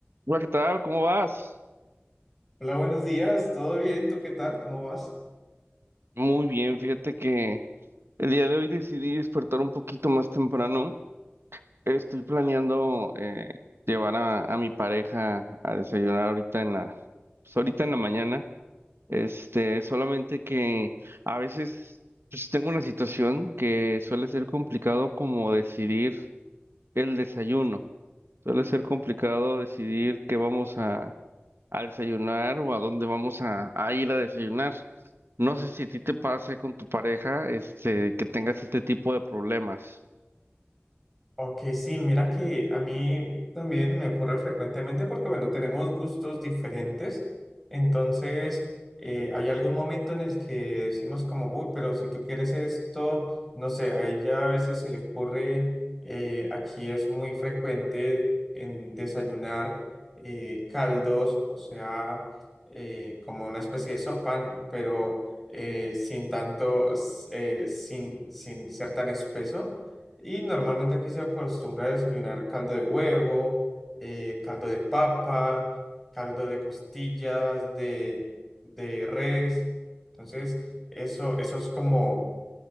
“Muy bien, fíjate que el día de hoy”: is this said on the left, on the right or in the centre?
Right